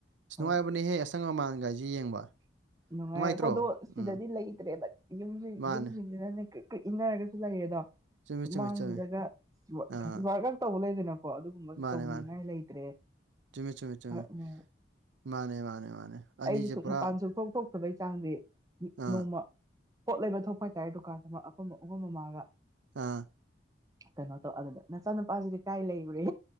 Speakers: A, on the right; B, on the right.
A: ꯑꯁ
B: ꯍꯣꯏ
A: ꯅꯨꯡꯉꯥꯏꯕꯅꯦꯍꯦ ꯑꯁꯪ ꯃꯃꯥꯟꯒꯥꯏꯁꯦ ꯌꯦꯡꯕ
B: ꯅꯨꯡꯉꯥꯏ
A: ꯅꯨꯡꯉꯥꯏꯇ꯭ꯔꯣ
B: ꯑꯩꯀꯣꯗꯣ ꯁꯤꯗꯗꯤ
A: ꯎꯝ
B: ꯂꯩꯇ꯭ꯔꯦꯗ ꯌꯨꯝ
A: ꯃꯥꯅꯦ
B: ꯌꯨꯝꯁꯤꯡꯁꯤꯅ ꯀ ꯀꯩ ꯏꯟꯅꯔꯒꯁꯨ ꯂꯩꯌꯦꯗꯣ
A: ꯆꯨꯝꯃꯤ
B: ꯁꯨ
A: ꯆꯨꯝꯃꯤ
B: ꯃꯥꯡꯁꯤꯂꯒ
A: ꯆꯨꯝꯃꯤ ꯑꯥ
B: ꯋꯥꯔ ꯉꯛ ꯇꯧꯕ ꯂꯩꯗꯣꯏꯅ ꯀꯣ ꯑꯗꯨꯒꯨꯝꯕꯁꯨ
A: ꯃꯥꯅꯦ
B: ꯇꯧꯅꯤꯡꯉꯥꯏ
A: ꯃꯥꯅꯦ
B: ꯂꯩꯇ꯭ꯔꯦ
A: ꯆꯨꯝꯃꯤ ꯆꯨꯝꯃꯤ ꯆꯨꯝꯃꯤ
B: ꯐꯔꯛꯅꯦ
A: ꯃꯥꯅꯦ ꯃꯥꯅꯦ ꯃꯥꯅꯦ ꯑꯅꯤꯁꯦ
B: ꯑꯩꯁꯤꯦ ꯁꯨꯛ
A: ꯄꯨꯔꯥ
B: ꯃꯄꯥꯟ ꯁꯨ ꯊꯣꯛ ꯊꯣꯛꯇꯕꯩ ꯆꯥꯡꯗꯤ
A: ꯑꯥ
B: ꯅꯣꯡꯃ ꯄꯣꯠ ꯂꯩꯕ ꯊꯣꯛꯄ ꯍꯥꯏꯇꯥꯔꯦ ꯗꯨꯀꯥꯟꯗ ꯑꯃ ꯑꯈꯣꯏ ꯑꯍꯨꯝ ꯃꯃꯥꯒ
A: ꯑꯥ
B: ꯀꯩꯅꯣ ꯇꯧ ꯑꯗꯨꯗ ꯅꯆꯥꯅꯨꯄꯥꯁꯤꯗꯤ ꯀꯥꯏ ꯂꯩꯈ꯭ꯔꯦ